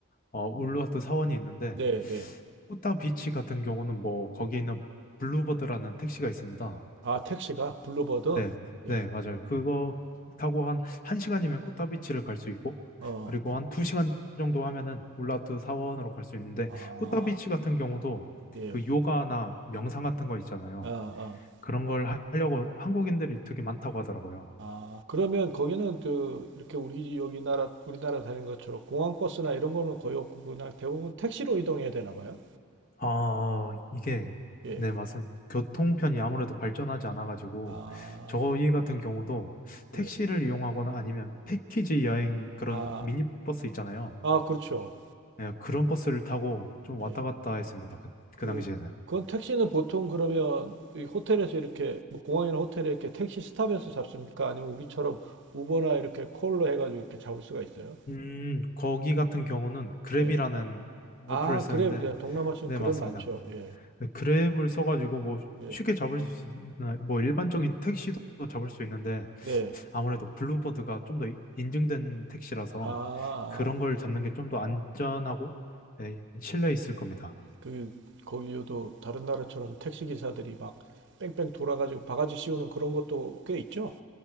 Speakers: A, on the left; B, on the right.
A: 어, 울루와트 사원이 있는데
B: 네, 네.
A: 꾸따비치 같은 경우는 뭐 거기 있는 블루버드라는 택시가 있습니다.
B: 아, 택시가 블루버드?
A: 네,
B: 예,
A: 네, 맞아요. 그거 타고 한 1시간이면 꾸타비치를 갈 수 있고,
B: 어,
A: 그리고 한두 2시간 정도 하면은 울라트 사원으로 갈 수 있는데,
B: 아,
A: 꾸타비치 같은 경우도
B: 예,
A: 그 요가나 명상 같은 거 있잖아요.
B: 아, 아.
A: 그런 걸 하- 하려고 한국인들이 되게 많다고 하더라고요.
B: 아, 그러면 거기는 그 이렇게 우리 여기 나라 우리나라 다니는 것처럼 공항 버스나 이런 거는 거의 없고 그냥 대부분 택시로 이동해야 되나 봐요.
A: 아, 이게,
B: 예.
A: 네, 맞습니다. 교통편이 아무래도 발전하지 않아가지고,
B: 아,
A: 저희 같은 경우도 택시를
B: 예.
A: 이용하거나 아니면 패키지 여행 그런
B: 아,
A: 미니버스 있잖아요.
B: 아, 그렇죠.
A: 네, 그런 버스를 타고 좀
B: 예.
A: 왔다 갔다 했습니다. 그,
B: 그
A: 그 당시에는.
B: 그건 택시는 보통 그러면 이 호텔에서 이렇게 뭐 공항이나 호텔에 이렇게 택시 스탑에서 잡습니까? 아니면 우리처럼 우버나 이렇게 콜로 해가지고 이렇게 잡을 수가 있어요?
A: 음, 거기 같은 경우는 그랩이라는
B: 네.
A: 어플을
B: 아,
A: 쓰는데,
B: 그래. 예, 동남아시아는
A: 네,
B: 그랩
A: 맞습니다.
B: 많죠. 예.
A: 그 그랩을 써가지고 뭐
B: 예.
A: 쉽게 잡을 수 있는, 뭐 일반적인 택시도 잡을 수 있는데,
B: 네.
A: 아무래도 블루버드가 좀 더 인증된 택시라서
B: 아, 아,
A: 그런 걸
B: 아.
A: 잡는 게 좀 더 안전하고, 네, 신뢰 있을 겁니다.
B: 그 거기요도 다른 나라처럼 택시 기사들이 막 뺑뺑 돌아가지고 바가지 씌우는 그런 것도 꽤 있죠.